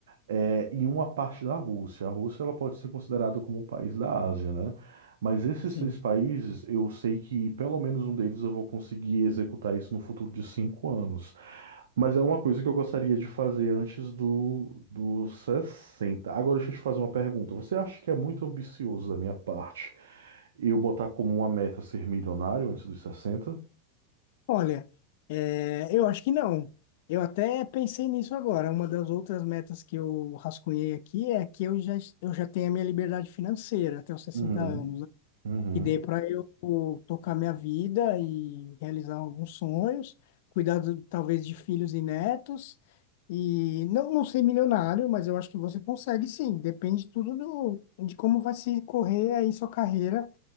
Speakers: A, on the right (about 80°); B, on the left (about 65°).
A: é, em uma parte da Rússia. A Rússia ela pode ser considerada como um país da Ásia, né? Mas esses
B: sim.
A: três países, eu sei que pelo menos um deles eu vou conseguir executar isso no futuro de cinco anos. Mas é uma coisa que eu gostaria de fazer antes do, dos sessenta Agora deixa eu te fazer uma pergunta. Você acha que é muito ambicioso da minha parte eu botar como uma meta ser milionário antes dos sessenta
B: Olha, é, eu acho que não. Eu até pensei nisso agora. Uma das outras metas que eu rascunhei aqui é que eu já, eu já tenho a minha liberdade financeira até os sessenta
A: Uhum,
B: anos.
A: uhum,
B: que dê para eu pô, tocar minha vida e realizar alguns sonhos, cuidar do- talvez de filhos e netos, e não, não ser milionário, mas eu acho que você consegue sim, depende tudo do, de como vai se correr aí sua carreira